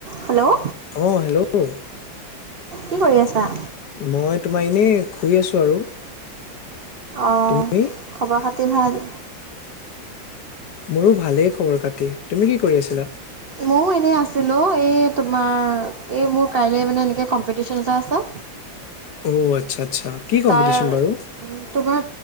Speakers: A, on the right; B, on the left.
A: হেল্ল'
B: অ হেল্ল'
A: কি কৰি আছা
B: মই তোমাৰ এনেই শুই আছো আৰু
A: অঁ
B: তুমি
A: খবৰ খা <unintelligible> ভাল।
B: মোৰো ভালেই খবৰ খাতি। তুমি কি কৰি আছিলা?
A: মইও এনে আছ <unintelligible> এই তোমাৰ, এই মোৰ কাইলৈ মানে এনেকৈ কম্পিটিশন এটা আছে।
B: অ', আচ্ছা আচ্ছা, কি কম্পিটিচন
A: তাৰ
B: বাৰু?
A: তোমাৰ